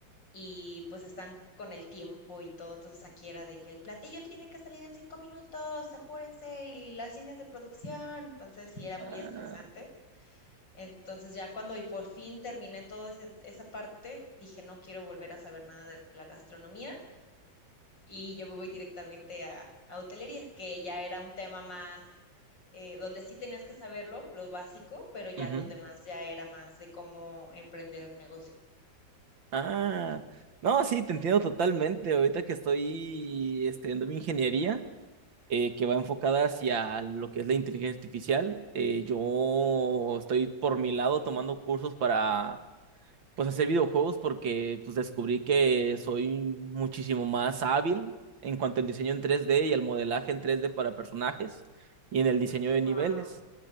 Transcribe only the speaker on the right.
ah,
ujú,
ah. No, sí, te entiendo totalmente. Ahorita que estoy estudiando mi ingeniería, eh, que va enfocada hacia lo que es la inteligencia artificial, eh, yo estoy por mi lado tomando cursos para pues hacer videojuegos porque pues descubrí que soy muchísimo más hábil en cuanto al diseño en 3D y al modelaje en 3D para personajes y en el diseño de
niveles.